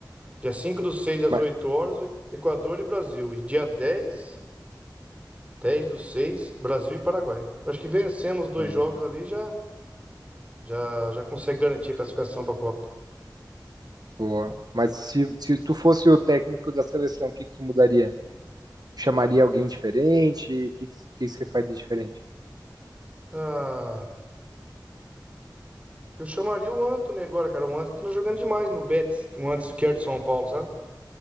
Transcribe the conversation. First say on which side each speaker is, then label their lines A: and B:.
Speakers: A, on the right; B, on the right.
A: Dia cinco do seis às
B: Mas,
A: 8 horas, o Equador e Brasil. E dia dez 10 do seis Brasil e Paraguai. Acho que vencendo os dois
B: hum,
A: jogos ali já, já, já consegue garantir a classificação para a Copa.
B: boa. Mas se, se tu fosse o técnico da seleção, o que que tu mudaria? Chamaria alguém diferente? O que, que, que você faria diferente?
A: Ah, Eu chamaria o Antony agora, cara. O Antony tá jogando demais no Betis. O Antony que era de São Paulo, sabe?